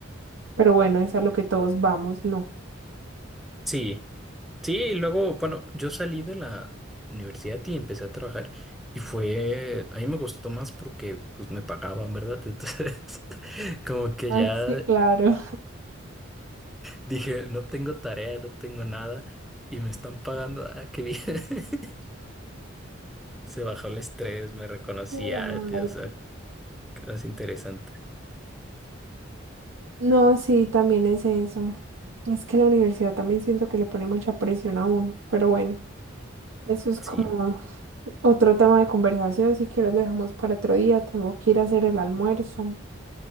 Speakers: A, on the right; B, in the centre.
A: pero bueno, es a lo que todos vamos, ¿no?
B: Sí, Sí, y luego, bueno, yo salí de la universidad y empecé a trabajar y fue, a mí me gustó más porque pues me pagaban, ¿verdad? <laughs> Entonces, como que
A: Ah,
B: ya
A: sí, claro.
B: dije, no tengo tarea, no tengo nada y me están pagando, ah, qué bien. <laughs> Se bajó el estrés, me reconocía,
A: <laughs> Claro.
B: o sea, es interesante.
A: No, sí, también es eso. Es que la universidad también siento que le pone mucha presión a uno, pero bueno, eso es como
B: Sí,
A: otro tema de conversación. Si quieres, lo dejamos para otro día. Tengo que ir a hacer el almuerzo.